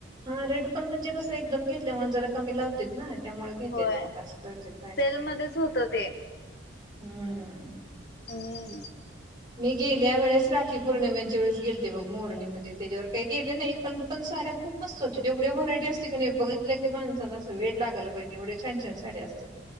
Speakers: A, on the right; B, on the left.
A: हा रेट पण म्हणजे कसं एकदम घेतलाय म्हणून जरा कमी लावते ना त्यामुळे घेतेत
B: होय
A: मग असं करतेत बायका.
B: सेल मध्येच होत ते
A: हम्म
B: ह
A: मी गेल्या वेळेस ी पौर्णमेच्या वेळेस गेलते बग मोरणीमध्ये त्याच्यावर काही गेले नाही पण पण साड्या खूप मस्त होत्या जेवढ्या व्हरायटी असतील काी नाही बघितलं की माणसाला असं वेळ लागल बहिणीमुळेढ छान छान साड असतात